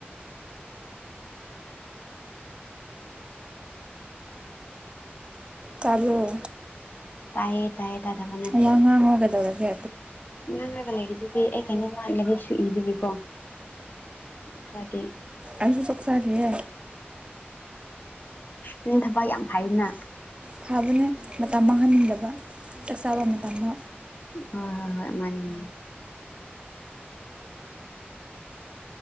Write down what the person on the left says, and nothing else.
ꯇꯥꯏꯌꯦ ꯇꯥꯏꯌꯦ ꯇꯥꯗꯕ ꯅꯠꯇꯦ
ꯉꯥꯡꯔꯒ ꯂꯩꯔꯤꯗꯨꯗꯤ ꯑꯩ ꯀꯩꯅꯣ ꯂꯥꯏꯔꯤꯛꯁꯨ ꯏꯕꯤꯒꯀꯣ ꯈꯔꯗꯤ
ꯅ ꯊꯕ ꯌꯥꯝ ꯐꯥꯏꯅ
ꯍꯣꯏ ꯍꯣꯏ ꯍꯣꯏ ꯃꯥꯅꯦ ꯃꯥꯅꯦ